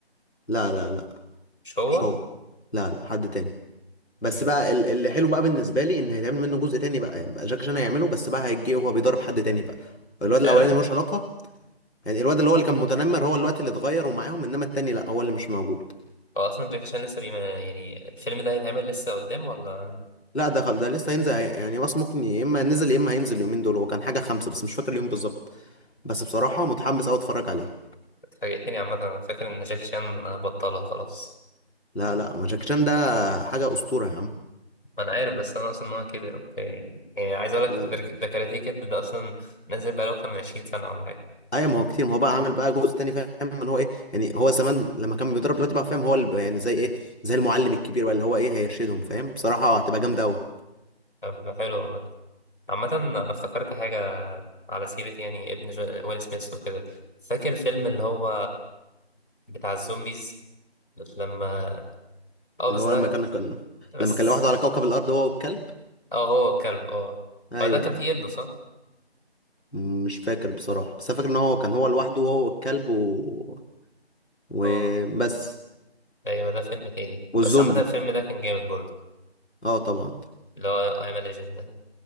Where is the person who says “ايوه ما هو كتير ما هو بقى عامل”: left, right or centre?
Left